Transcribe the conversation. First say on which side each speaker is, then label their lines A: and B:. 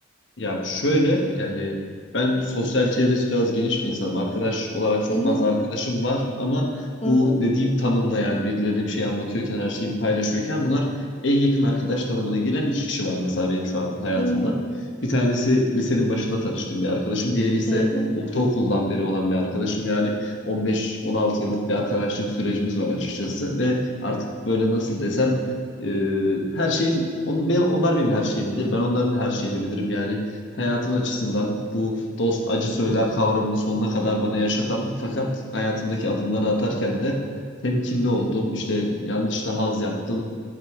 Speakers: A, on the left; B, on the left.
A: Ya şöyle yani ben sosyal çevresi biraz geniş bir insanım. Arkadaş olarak çok
B: Hı hı,
A: fazla arkadaşım var ama
B: hı
A: bu
B: hı,
A: dediğim tanımda yani birileri bir şey anlatıyorken her şeyimi paylaşıyorken bunlar en yakın arkadaş tanımına giren iki kişi var mesela benim şu an hayatımda.
B: hı hı,
A: Bir tanesi lisenin başında tanıştığım bir arkadaşım. Diğeri ise
B: hı hı.
A: ortaokuldan beri olan bir arkadaşım. Yani 15-16 yıllık bir arkadaşlık sürecimiz var açıkçası ve artık böyle nasıl desem e, her şeyim onun, ben, onlar benim her şeyimi bilir. Ben onların her şeyini bilirim. Yani hayatın açısından bu dost acı söyler kavramını sonuna kadar bana yaşatan fakat hayatımdaki adımları atarken de temkinli olduğum işte yanlış daha az yaptım